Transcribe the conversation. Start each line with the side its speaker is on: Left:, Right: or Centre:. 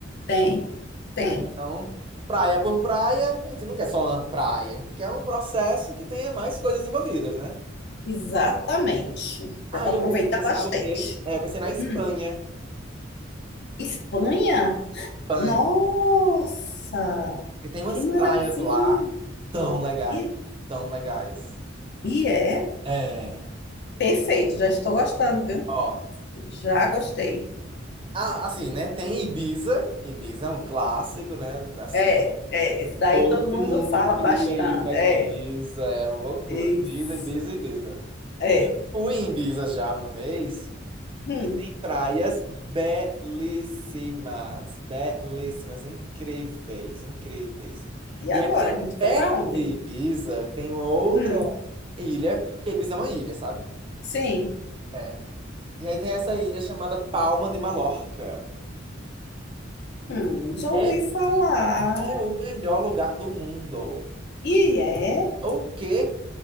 Left: Tem, tem.
Right: né? Então, praia por praia, a gente não quer só uma praia, a gente quer um processo que tenha mais coisas envolvidas, né?
Left: Exatamente.
Right: Aí
Left: Dá para aproveitar
Right: eu pensei, sabe
Left: bastante.
Right: o quê? É, eu pensei na Espanha.
Left: Hum. Espanha?
Right: Espanha.
Left: Nossa,
Right: Porque tem umas
Left: que maravilha!
Right: praias lá tão legais,
Left: E,
Right: tão legais.
Left: e é
Right: É.
Left: perfeito, já estou gostando, viu?
Right: Ó,
Left: Já gostei.
Right: ah, assim, né? Tem Ibiza. Ibiza é um clássico, né? Assim.
Left: É, é, esse daí
Right: Todo
Left: todo mundo
Right: mundo
Left: fala
Right: queria
Left: bastante.
Right: ir pra Ibiza,
Left: É,
Right: era uma loucura.
Left: isso.
Right: Ibiza, Ibiza, Ibiza.
Left: É.
Right: E eu fui em Ibiza já uma vez
Left: Hum.
Right: e tem praias belíssimas, belíssimas, incríveis, incríveis.
Left: E
Right: E
Left: agora?
Right: aí tem
Left: A gente vai
Right: perto
Left: para onde?
Right: de Ibiza, tem uma outra
Left: Hum.
Right: ilha, porque Ibiza é uma ilha, sabe?
Left: Sim.
Right: É. E aí tem essa ilha chamada Palma de Mallorca.
Left: Hum, já ouvi
Right: É,
Left: falar.
Right: é o melhor lugar do mundo.
Left: E é.
Right: O quê?